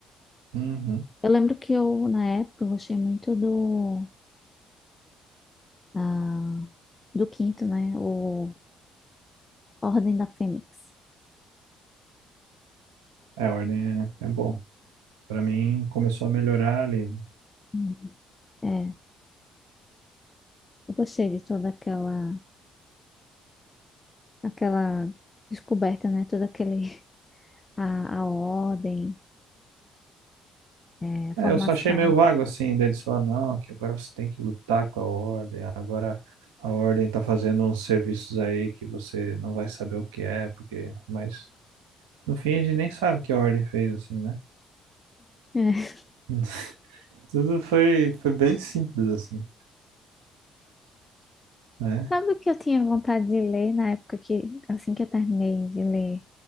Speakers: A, on the right; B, on the left.
A: Uhum.
B: Eu lembro que eu, na época, eu gostei muito do Ah, do quinto, né? O Ordem da Fênix.
A: É, a ordem é, é bom. Pra mim, começou a melhorar ali
B: Uhum. É, eu gostei de toda aquela, aquela descoberta, né? Toda aquele, <laughs> a, a ordem, é, a formação.
A: É, eu só achei meio vago assim, deles falando, não, que agora você tem que lutar com a ordem, agora a ordem tá fazendo uns serviços aí que você não vai saber o que é, porque. Mas no fim a gente nem sabe o que a ordem fez, assim, né?
B: É.
A: <laughs> Tudo foi, foi bem simples, assim, né?
B: Sabe o que eu tinha vontade de ler na época que, assim que eu terminei de ler